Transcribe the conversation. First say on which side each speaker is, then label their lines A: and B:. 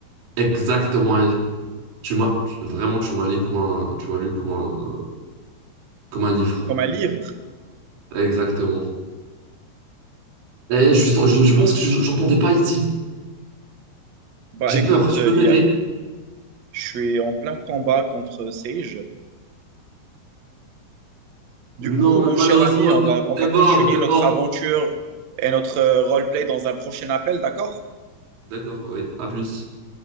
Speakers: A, on the right; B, on the right.
A: Exactement, elle. tu m'as, tu- vraiment, tu m'as lu comme un, tu m'as lu comme un, comme un livre.
B: Comme un livre.
A: Exactement. Et je, sens- je, je pense que je- j'entendais pas ici.
B: Bah
A: J'ai
B: écoute,
A: peur. Tu
B: euh,
A: peux m'aider?
B: il y a- je suis en plein combat contre Sage. Du
A: Non,
B: coup, mon
A: mais malheureusement,
B: cher ami, on
A: t-
B: va, on va
A: t'es mort,
B: continuer
A: t'es
B: notre
A: mort.
B: aventure et notre euh, roleplay dans un prochain appel, d'accord?
A: D'accord, ouais, à plus.